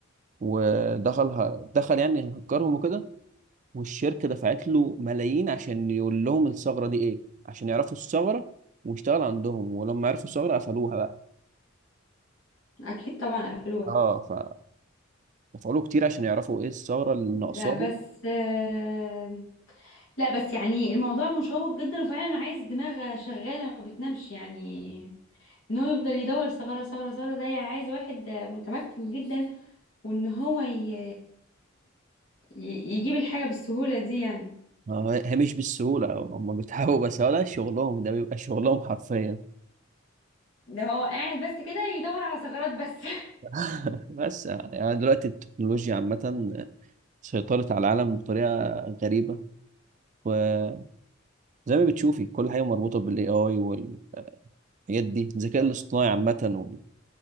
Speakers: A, on the right (about 40°); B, on the left (about 70°).
A: ودخل دخل يعني هكرهم وكده والشركة دفعت له ملايين عشان يقول لهم الثغرة دي ايه عشان يعرفوا الثغرة واشتغل عندهم ولما عرفوا الثغرة قفلوها بقى
B: اكيد طبعا قفلوها
A: اه فدفعوا له كتير عشان يعرفوا ايه الثغرة اللي
B: لا
A: ناقصاهم
B: بس آه، لا بس يعني الموضوع مشوق جدا وفعلا عايز دماغ شغالة ما بتنامش يعني ان هو يفضل يدور ثغرة ثغرة ثغرة ده يعني عايز واحد متمكن جدا وان هو ي... ي- يجيب الحاجة بالسهولة دي يعني
A: آه، هي مش بالسهولة هم بيتعبوا بس ولا شغلهم ده بيبقى شغلهم حرفيا
B: ده هو قاعد بس كده يدور على ثغرات بس
A: <laughs> بس يعني يعني دلوقتي التكنولوجيا عامة سيطرت على العالم بطريقة غريبة وزي ما بتشوفي كل حاجة مربوطة بالاي اي والحاجات دي الذكاء
B: <laughs>
A: الاصطناعي
B: طب
A: عامة وال-